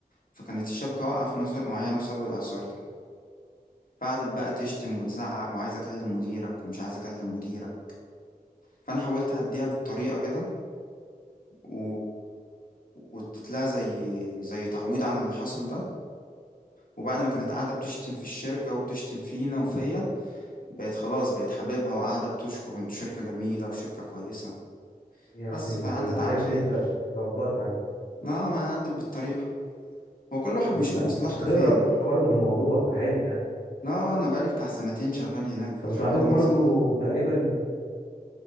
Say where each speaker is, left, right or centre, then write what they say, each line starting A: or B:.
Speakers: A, on the left; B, on the left.
A: فكانت الشبكه واقعه في مناطق معينه بسبب الاعصار ده فقعدت بقى تشتم وتزعق وعايز اكلم مديرك ومش عايز اكلم مديرك فانا حاولت اهديها بالطريقه كده و... واديت لها زي زي تعويض عن اللي حصل ده وبعد ما كانت قاعده بتشتم في الشركه وبتشتم فينا وفيا بقت خلاص بقت حبيبها وقاعده بتشكر وانتوا شركه جميله وشركه كويسه
B: يا ابن
A: بس
B: اللعيبه
A: فعدت
B: عرفت
A: على خير
B: انت تظبطها انت
A: لا ما عدت بالطريقة هو كل واحد
B: انت
A: بيشوف مصلحته
B: انت خبره
A: فين
B: برضه في الموضوع فحلو يعني
A: لا انا بقالي بتاع سنتين شغال هناك فالحوار
B: طب انتوا عندكم
A: هناك
B: برضه
A: سهل
B: تقريبا